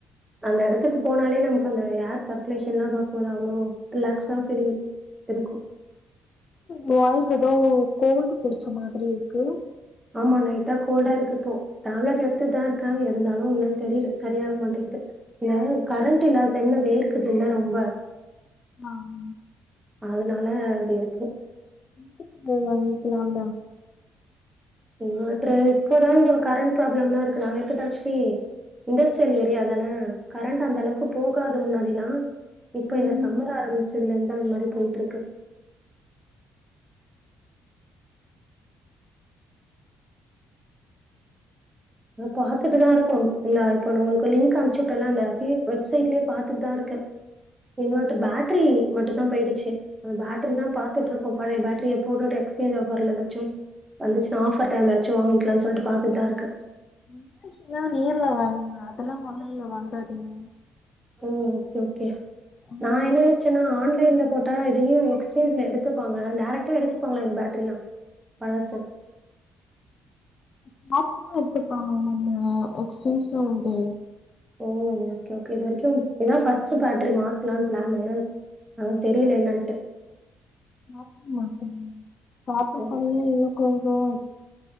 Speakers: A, on the right; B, on the left.
A: அந்த எடத்துக்கு போனாலே நமக்கு அந்த ஏர் சர்க்குலேஷன்ல்லா பாக்கும்போது அவ்ளோ ரிலாக்சா ஃபீலிங் இருக்கு
B: வாய்ஸ் எதோ கோல்டு புடிச்ச மாதிரி இருக்கு
A: ஆமா லைட்டா கோல்டா இருக்குப்போ டேப்லெட் எடுத்துட்டுதா இருக்கே இருந்தாலு என்னன்னு தெரியல சரியக மாட்டேங்கிது இந்த கரண்ட் இல்லாத டைம்ல வேர்க்குது இல்ல ரொம்ப
B: ஆமா.
A: அதனால இப்டி இருக்கு
B: <unintelligible>
A: இன்வர்ட்டரு இப்போதா இந்த கரண்ட் ப்ராப்ளம்லா இருக்கு நாங்க இருக்குது ஆக்சுவலி இண்டஸ்ட்ரியல் ஏரியா தானே கரண்ட் அந்த அளவுக்கு போகாது முன்னா அப்டிலா இப்ப
B: ம்
A: இந்த சம்மர் ஆரம்பிச்சதுலருந் தா இந்த மாதிரி போயிட்டு இருக்கு அது பாத்துட்டுதா இருக்கோம் இல்ல இப்ப நா உங்களுக்கு லிங்க் அம்ச்சுவிட்டோல்ல அந்த வெப்சைட்லயே பாத்துட்டுதா இருக்கே இன்வர்டர் பேட்டரி மட்டும் தா போயிடுச்சு அந்த பேட்டரி தா பாத்துட்டு இருக்கோ பழைய பேட்டரிய போட்டுட்டு எக்ஸ்சேஞ் ஆபர்ல ஏதாச்சு வந்துச்சுன்னா ஆஃபர் டைம்லயாச்சு வாங்கிக்கலானு சொல்லிட்டு பாத்துட்டு தா இருக்கே
B: <unintelligible> நேர்ல வாங்குங்க அதெல்லா ஆன்லைன்ல வாங்காதீங்க
A: ம் ஓகே ஓகே
B: ஆனா
A: நா என்ன ஆச்சுன்னா ஆன்லைன்ல போட்டா எதையு எக்ஸேஞ்ச்ல எடுத்துப்பாங்க டேரெக்ட்டா எடுத்துப்பாங்கலா இந்த பேட்ரில்லா பழசு
B: <unintelligible> எத்துப்பாங்க நம்ம எக்ஸ்சேஜ்லா உண்டு
A: ஓ ஓகே ஓகே இது வரைக்கு இதா பர்ஸ்ட் பேட்டரி மாத்தலான்னு பிளானு அத தெரியல என்னட்டு
B: <unintelligible> <unintelligible>
A: ம்.
B: கொஞ்சம்